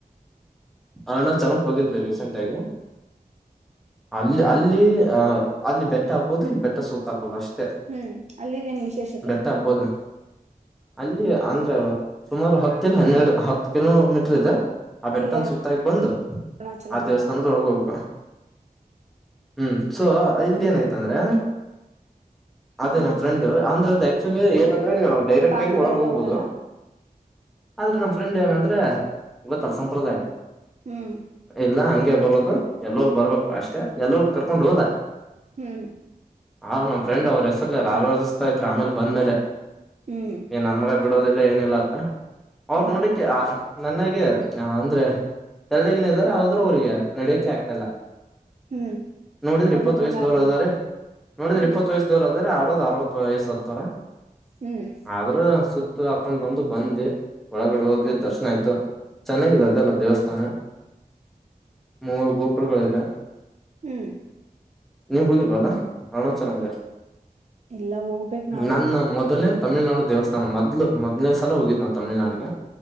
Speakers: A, in the centre; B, on the right.
A: ಅಣ ಚೆನ್ನಕ್ ಹೋಗಿದ್ೆ ರೀಸೆಂಟ್ ಆಗಿ ಅಲ್ಲಿ ಅಲ್ಲಿ ಅಲ್ಲಿ ಬೆಟ್ಟ ಹಾಕ್ಬಹುದು ಇಲ್ಲಿ ಬೆಟ್ಟ ಸುತ್ತ ಹಾಕೋುದು ಅಷ್ಟೇ
B: ಹ್ಮ್ ಅಲ್ಲಿದ್ದೇನು ವಿಶೇಷತೆ
A: ಬೆಟ್ಟ ಹಬೋದು ಅಲ್ಲಿ ಅಂದ್ರ ಸುಮಾರು ಹತ್ತ ಇಲ್ಲ ಹನ್ನೆರಡು ಹತ್ತು ಕಿಲೋ ಮೀಟರ್ ಇದೆ. ಆ ಬೆಟ್ಟನ್
B: ಇಲ್ಲಿ
A: ಸುತ್ತು ಹಾಕಿ ಬಂದು್
B: ಅರುಣಾಚಲದಲ್ಲ
A: ಆ ದೇವಸ್ಥಾನದೊಳಗ್ ಹೋಗಬೇಕು ಹ್ಮ್ ಸೊ ಇಲ್ಲಿ ಏನಾಯ್ತಂದ್ರೆ ಅದೇ
B: ಹ್ಮ್
A: ನಮ್ಮ್ ಫ್ರೆಂಡ್ ಅಂದ್ರೆ ಅದು ಆಕ್ಚುಲಿ
B: ಹ್ಮ್
A: ಏನಂದ್ರೆ ನೀವು ಡೈರೆಕ್ಟ್
B: ಬಾನಗಳೆಲ್ಲ
A: ಆಗಿ ಒಳಗ ಹೋಗ್ಬಹುದು
B: ಹೋಗಲ್ಲ
A: ಆದ್ರೆ ನಮ ಫ್ರೆಂಡ್ ಏನಂದ್ರೆ ಗೊತ್ತಲ್ಲಾ ಸಂಪ್ರದಾಯ
B: ಹ್ಮ್
A: ಎಲ್ಲಾ ಹಂಗೆ ಬರೋದು ಎಲ್ಲರೂ ಬರಬೇಕು ಅಷ್ಟೇ ಎಲ್ಲರೂ ಕರ್ಕೊಂಡು ಹೋದ
B: ಹ್ಮ್
A: ಆವ ನಮ್ಮ ಫ್ರೆಂಡ್ ಅವ್ರ ಹೆಸರ್ಲ್ಲಾರ ಆಾರಧಿಸ್ತಾ ಇದ್ರು ಆಮೇಲೆ ಬಂದ್ಮೇಲೆ
B: ಹ್ಮ್
A: ಏ ನನ್ಮಗ ಬಿಡೋದಿಲ್ಲ ಏನೆಲ್ಲ ಆತ್ ಅವ್ರ
B: ಹ್ಮ್
A: ನೋಡಕ್ಕೆ ಆ ನನಗೆ ಅಂದ್ರೆ ತಳ್ಳಗಿನ ಇದ್ದಾರ ಆದ್ರರು ಅವ್ರಿಗೆ ನಡಿಯಕ್ಕೆೆ ಆಗ್ತ ಇಲ್ಲ
B: ಹ್ಮ್
A: ನೋಡಿದ್ರಿ
B: ಒಬ್ರೊಬ್ರಿಗ
A: ಇಪ್ಪತ್ ವಯಸ್ಸ ದೋವರ
B: ಆಗಲ್ಲ
A: ಅದ್ರೆ ನೋಡಿದ್ರಿ
B: ಹ್ಮ್
A: ಇಪ್ಪತ್ ವಯಸ್ಸ ದೋರ ಅದ್ರೆ ್ ಅರವತ್ತು ವಯಸ್ಸ ಹತ್ತಾರರ
B: ಹ್ಮ್
A: ಆದ್ರೂ ಸುತ್ತ <inaudible> ಹಾಕೊಂಡು ಬಂದು ಬಂದ್ವಿ ಒಳಗಡೆ ಹೋದ್ವಿ ದರ್ಶನ ಆಯ್ತು ಚೆನ್ನಾಗಿದೆ
B: ಹ್ಮ್
A: ಅದೆಲ್ಲ ದೇವಸ್ಥಾನ ಮೂರ್ ಗೋಪುರಗಳಿದೆ.
B: ಹ್ಮ್
A: ನೀವ್ ಹೋಗಿಲ್ವಲ್ಲ ಅರುಣಾಚಲಂಗೆ?
B: ಇಲ್ಲ ಹೋಗ್ಬೇಕ್ ನಾವು
A: ನನ್ ಮೊದುಲ್ನೆ ತಮಿಳ್ನಾಡು ದೇವಸ್ಥಾನ ಮೊದ್ಲು ಮೊದ್ ಲ್ನೇ ಸಲ ಹೋಗಿದ್ ನಾನ್ ತಮಿಳ್ನಾಡ್ಗೆ.